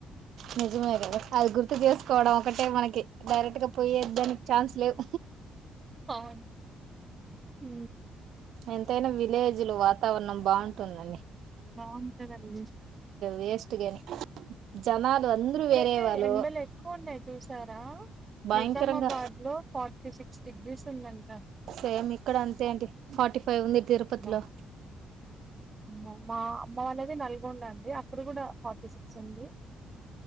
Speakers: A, on the right (about 75°); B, on the right (about 30°).
A: నిజమే కదా అది గుర్తు చేసుకోవడం ఒకటే మనకి డైరెక్ట్ గా కొ ఎద్దనికి చాన్స్ లేవు
B: అవు హ
A: ఎంతైనా విలేజ్లు వాతావరణం బాగుంటుంది పందండి
B: బాగుంటదండిే
A: వేస్ట్ గాని జనాలు అందరూ
B: ఇప్పుడైతే
A: వేరే వాళ్ళు
B: ఎండలు ఎక్కువ ఉన్నాయి చూసారా
A: భయంకరంగా
B: నిజామాబాద్ లో ఫార్టీ సిక్స్ డిగ్రీస్ ఉందండి
A: సేమ్ ఇక్కడ అంతేంటి ఫార్టీ ఫైవ్ ఉంది తిరుపతిలో
B: బా అమ్మ మా అమ్మ అనేది నల్గొండ అండి అక్కడ కూడా ఫార్టీ సిక్స్ ఉంది